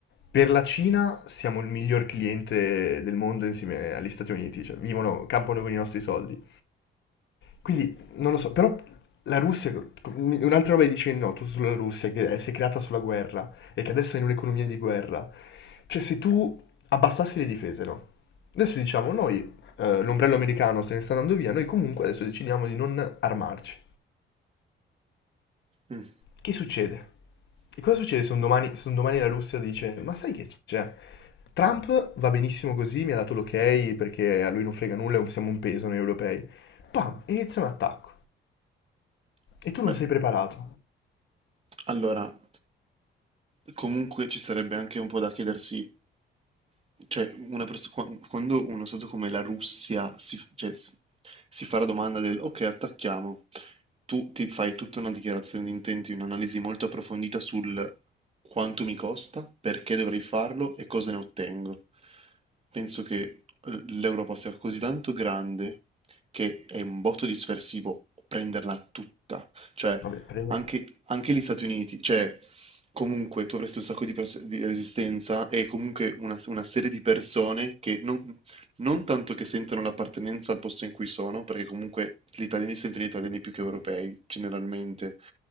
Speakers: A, on the left; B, on the right.
A: Per la Cina siamo il miglior cliente del mondo insieme agli Stati Uniti, cioè vivono, campano con i nostri soldi. Quindi non lo so, però la Russia, un'altra roba che dicevi no, tu sulla Russia, che è- si è creata sulla guerra e che adesso è in un'economia di guerra. Cioè se tu abbassassi le difese, no? Adesso diciamo noi, eh, l'ombrello americano se ne sta andando via, noi comunque adesso decidiamo di non armarci.
B: Mm,
A: Che succede? E cosa succede se un domani, se un domani la Russia dice, ma sai che c'è? Trump va benissimo così, mi ha dato l'ok perché a lui non frega nulla, siamo un peso noi europei. Pam, inizia un attacco. E tu
B: Beh,
A: non sei preparato.
B: allora, comunque ci sarebbe anche un po' da chiedersi Cioè, una pers- qua- quando uno stato come la Russia si, cioè, si- si fa la domanda del ok, attacchiamo, tu ti fai tutta una dichiarazione di intenti, un'analisi molto approfondita sul quanto mi costa, perché dovrei farlo e cosa ne ottengo. Penso che eh, l'Europa sia così tanto grande che è un botto dispersivo prenderla tutta. Cioè,
A: Vabbè, prende...
B: anche, anche gli Stati Uniti, cioè, Comunque tu avresti un sacco di, pers- di resistenza e comunque una, una serie di persone che non, non tanto che sentono l'appartenenza al posto in cui sono, perché comunque gli italiani sentono italiani più che europei, generalmente,